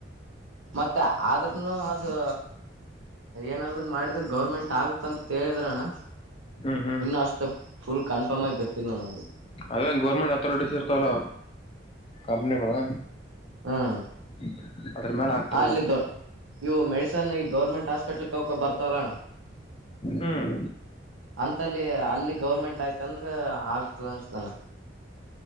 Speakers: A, on the right (about 85°); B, on the left (about 30°).
A: ಮತ್ತೆ ಆದ್ರನು ಅದು ಏನಾದ್ರು ಮಾಡಿದ್ರ ಗೌರ್ಮೆಂಟ್ ಆಗುತ್ತ ಅಂತ ಹೇಳಿದ್ರಣ್ಣ
B: ಹ್ಮ್ ಹ್ಮ್
A: ಇನ್ನು ಅಷ್ಟು ಫುಲ್ ಕನ್ಫರ್ಮ್ ಆಗಿ ಗೊತ್ತಿಲ್ಲ ನನಗೆ
B: ಅದೇ ಗೌರ್ಮೆಂಟ್ ಅಥಾರಿಟೀಸ್ ಇರ್ತಲ್ಲ. ಕಂಪನಿಗಳು
A: ಹ್ಮ್
B: <inaudible> ಆಗ್ತಿರ್ಬೇಕು
A: ಅಲ್ಲಿ ಇವು ಮೆಡಿಸನ್ ಈ ಗೌರ್ಮೆಂಟ್ ಹಾಸ್ಪಟಲ್ ಕ ಅವ ಬರ್ ತಲೋಣ
B: ಹ್ಮ್
A: ಅಂತಲ್ಲಿ ಅಲ್ಲಿ ಗೌರ್ಮೆಂಟ್ ಆಯ್ತ ಅಂದ್ರ ಆಗ್ತದ ಅನ್ಸ್ತಾನ